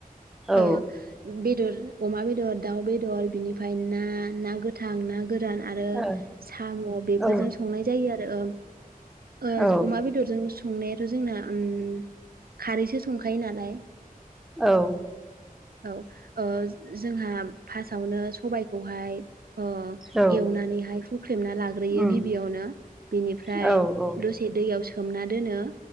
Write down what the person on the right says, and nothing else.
ओ बेदर अमा बेदर दाउ बेदर बेदर बिनिफ्राय ना ना गोथां ना गोरान आरो
साम' बे
बेफोरजों संनाय जायो आरो ओ ओ
अमा बेदरजों संनायाथ' जोंना ओम खारैसो संखायो नालाय
औ ओ जोंहा फार्स्टआवनो सबायखौहाय अ
एवनानैहाय हुख्रेमना लाग्रोयो
गि गिबियावनो बिनिफ्राय
दसे दैयाव सोमना दोनो